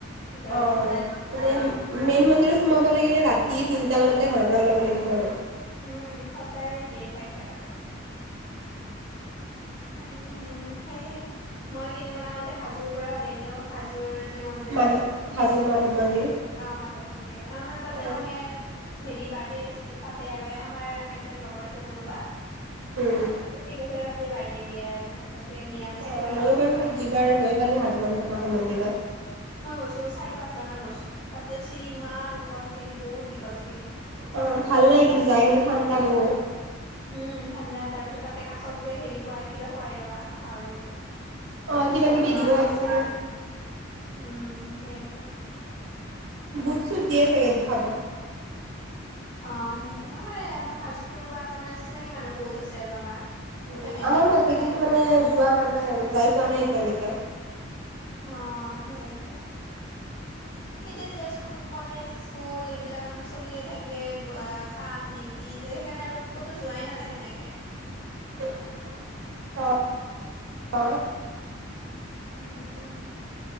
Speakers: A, on the left; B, on the right.
A: ভিতৰত
B: অ,
A: দৰ্শন
B: মানে
A: কৰা
B: মেইন মন্দিৰত সোমাব লাগিলে ৰাতি তি তিনিটামানতে ঘৰৰ পৰা ওলাব লাগিব আৰু।
A: উম সদায় ভিৰ থাকে আৰু। আৰু সেয়ে মই কেইদিনমান আগতে হাজোৰ পৰাও আহিলো। হাজোৰ মন্দিৰটো।
B: মাধৱ হাজো মাধৱ মন্দিৰ
A: অ মাধৱ মন্দিৰ আৰু মানে তাতে
B: অ',
A: মানে হেৰি বাৰ্থডে পাতে আৰু আমাৰ আইতাৰ লগৰ আছে কোনোবা।
B: উম।
A: এই বছৰে তাতে বাৰ্থডে দিয়ে আৰু তাতে নিৰামিষ
B: অ',
A: খুৱাই।
B: ময়ো বাৰু দুইবাৰ গৈ পালো হাজো মাধৱ মন্দিৰত।
A: মই গৈছো চাৰি পাঁচবাৰ মান গৈছো। তাতটো চিৰি ইমান ওখ চিৰি বহুত দীঘল চিৰি।
B: অহ ভাল লাগে কিন্তু যায় কিন্তু ঠাণ্ডা বহুত।
A: উম ঠাণ্ডা, তাৰ পিছত তাতে কাছক যে হেৰি খুৱাই কিবা খুৱাই ৰ'বা পাহৰিলো।
B: অ
A: কাছ
B: কিবা কিবি
A: মাছ
B: দিব পাৰিছে নে?
A: উম সেইটো।
B: বুট চুট দিয়ে চাগে দে খাব।
A: অ সেইটো মানে হাজোত কোনোবা আছে মানে চিনাকি মানুহ বহুত আছে আৰু আমাৰ।
B: উ
A: ফেমিলিৰ
B: আমাৰো আছে কিন্তু মানে যোৱা নাযায় আৰু যাই পোৱা নাই এতিয়ালৈকে।
A: অ সেইটো।
B: উ
A: এতিয়া দিয়াচোন কলেজ স্কুল এইবিলাক মানে চলিয়ে থাকে কাম ডিউটি এতিয়া। সেইকাৰণে আৰু ক'তো যোৱাই নাযায় সেনেকে।
B: <unintelligible> অ!
A: সেইটো।